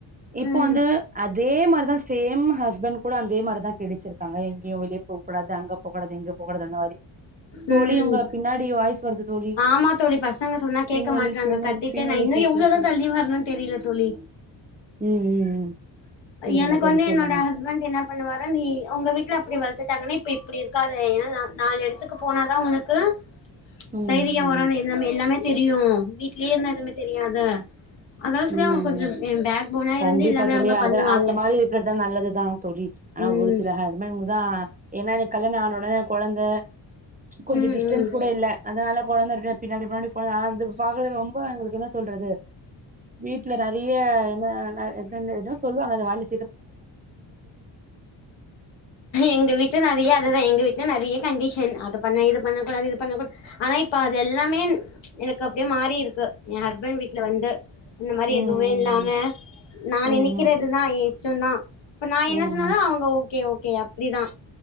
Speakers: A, on the right; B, on the left.
A: இப்போ
B: ம்
A: வந்து அதே மாரிதான் சேம் ஹஸ்பண்ட் கூட அதேமாரி தான் பிடிச்சிருக்காங்க எங்கயும் வெளிய போ கூடாது அங்க போக்கூடாது இங்க போக்கூடாது அந்த மாரி
B: உம்
A: தோழி உங்க பின்னாடி வாய்ஸ் வருது தோழி
B: ஆமா தோழி பசங்க சொன்னா கேக்க
A: பின்னொலி
B: மாட்றாங்க
A: பின்னொலி
B: கத்திட்டே
A: பின்னொலி
B: நா இன்னும்
A: கேக்குது
B: எவ்ளோதான்
A: தோழி
B: தள்ளி வரணும்னு தெரில தோழி
A: ம் ம் ம் சேரிங்க
B: எனக்கு
A: தோழி
B: வந்து
A: சொல்லுங்க
B: என்னோட ஹஸ்பண்ட் என்ன பண்ணுவாரு நீ உங்க வீட்ல அப்டி வளத்துட்டாங்கன்னா இப்ப இப்டி இருக்காத ஏன்னா நாலு எடத்துக்கு போனாதான் உனக்கு ச்
A: ம்
B: தைரியம்
A: ம்
B: வரும் நம்ம எல்லாமே எல்லாமே தெரியும் வீட் லயே இருந்தா எதுமே தெரியாது அதால சரி
A: உம்
B: அவங்க கொஞ்சோ பேக் போனா
A: கண்டிப்பா
B: இருந்து எல்லாமே
A: தோழி
B: அவங்க
A: அது
B: பண்ணுவாங்க
A: அந்த மாரி இருக்கருதான் நல்லதுதான் தோழி ஆனா
B: ம்
A: ஒரு சில ஹஸ் ஸ்பண்டு தான் என்ன எனக் கல்யாண ஆனா உட அ கொழந்த கொஞ்ச
B: ம்
A: டிஸ்டன்ஸ்
B: ம்
A: கூட இல்ல அதனால கொழந்தருக்கே பின்னாடி பின்னாடி கொழ அ இந்து இப்பு பாக்கதே ரொம்ப எங்ளுக்கு என்னா சொல்றது வீட்ல ரறிய என்ன என்ன எதன்னு கேட்டா சொல்லுவா அது வாலு
B: எங்க வீட்ல நறைய அதுதே எங் வீட்ல நறைய கண்டிஷன் அது பண்ண இது பண்ண கூடாது இது பண்ண கூட ஆனா இப்ப அது எல்லாமே எனக்கு அப்டியே மாறி இருக்கு எ ஹஸ்பண் வீட்ல வந்து இந்த மாரி
A: ம்
B: எதுவே இல்லாம நா
A: ம்
B: நெனிக்கிறதுதா
A: ம்
B: ஏ இஸ்ட்டொந்தா இப்ப நா என்ன
A: ம்
B: சொன்னாலு அவுங்க ஓகே கே ஓகே அப்புடிதா